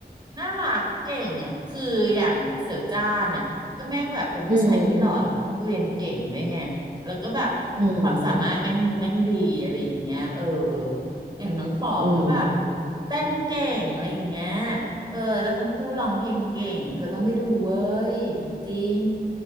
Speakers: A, on the right (about 25°); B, on the right (about 55°).
A: น่ารักเก่งอ่ะคืออย่างเสี่ยวจ้านอ่ะก็แม่งแบบเป็นผู้ชายที่หล่อแล้วก็เรียนเก่งด้วยไงแล้วก็แบบ
B: อืมอืม
A: ความสามารถแม่งแม่งดีอะไรอย่างเงี้ยเอออย่างน้องป๋อก็แบบ
B: อืม
A: เต้นเก่งอะไรอย่างเงี้ย เออแล้วทั้งคู่ร้องเพลงเก่งเธอต้องไปดูเว้ยจริง